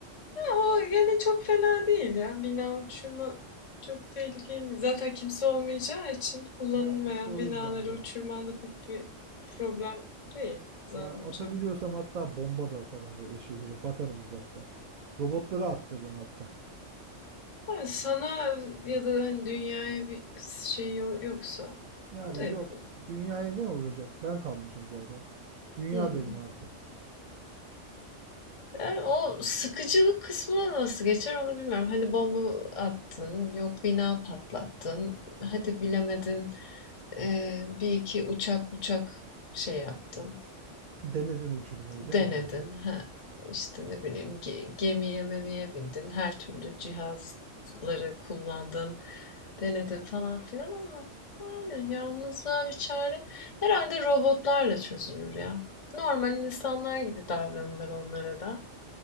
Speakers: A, on the left; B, on the right.
A: O gene çok fena değil ya. Bina uçurma çok tehlikeli değil. Zaten kimse olmayacağı için kullanılmayan
B: Ya işte o
A: binaları
B: yüzden böyle.
A: uçurman da pek bir problem değil zannımca.
B: Yani atabiliyorsam hatta bomba da atarım böyle şehire. Bakarım uzaktan. Robotları attırırım hatta.
A: Ama sana ya da hani dünyaya bir şey yo- yoksa
B: Yani
A: o da yapılır.
B: yok dünyaya ne olacak? Ben kalmışım zaten. Dünya
A: Hmm.
B: benim artık.
A: Yani o sıkıcılık kısmı nasıl geçer onu bilmiyorum. Hani bomba attın, yok bina patlattın, hadi bilemedin e, bir iki uçak uçak şey yaptın.
B: Denedin uçurmayı değil
A: Denedin.
B: mi böyle?
A: Ha, işte ne bileyim ge- gemiye memiye bindin. Her türlü cihazları kullandın. Denedin falan filan ama yani yalnızlığa bir çare. Herhalde robotlarla çözülür ya. Normal insanlar gibi davranılır onlara da.